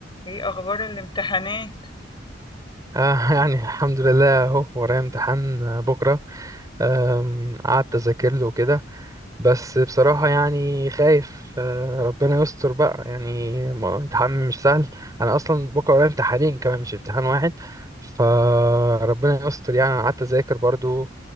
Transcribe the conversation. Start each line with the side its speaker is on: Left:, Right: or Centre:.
Left: ايه اخبار الامتحانات
Right: آه <laughs> يعني الحمد لله اهو ورايا امتحان آه، بكرة آم، قعدت اذاكر له كده بس بصراحة يعني خايف آه، ربنا يستر بقى يعني ما- امتحان مش سهل انا اصلا بكرة ورايا امتحانين كمان مش امتحان واحد فربنا يستر يعني انا قعدت اذاكر برضو